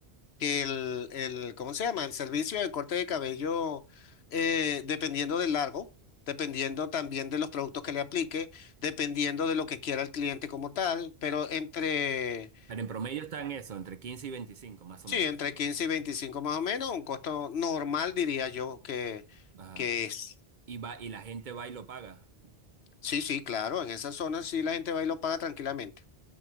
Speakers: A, on the left; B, on the right.
A: que el, el, ¿cómo se llama? El servicio de corte de cabello, eh, dependiendo del largo, dependiendo también de los productos que le aplique, dependiendo de lo que quiera el cliente como tal, pero entre...
B: Pero en promedio está en eso, entre 15 y 25 más o
A: Sí,
B: menos.
A: entre 15 y 25 más o menos, un costo normal diría yo que,
B: Ajá.
A: que es.
B: Y va, y la gente va y lo paga.
A: Sí, sí, claro, en esa zona sí la gente va y lo paga tranquilamente.